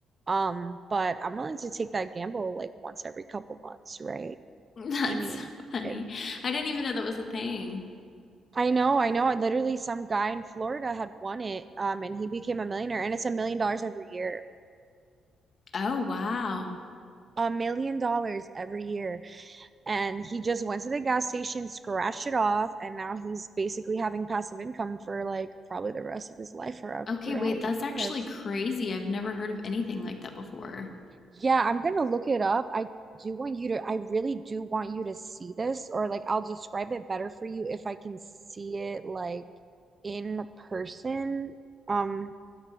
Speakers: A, on the right; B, on the left.
A: Um, but I'm willing to take that gamble like once every couple months, right?
B: <laughs> That's
A: I mean,
B: so funny.
A: it,
B: I didn't even know that was a thing.
A: I know, I know. I literally some guy in Florida had won it, um, and he became a millionaire, and it's a million dollars every year.
B: Oh, wow.
A: A million dollars every year. and he just went to the gas station, scratched it off, and now he's basically having passive income for like probably the rest of his life or however
B: Okay, wait,
A: how long
B: that's
A: he
B: actually
A: lives.
B: crazy. I've never heard of anything like that before.
A: Yeah, I'm gonna look it up. I do want you to, I really do want you to see this, or like I'll describe it better for you if I can see it like in person. Um,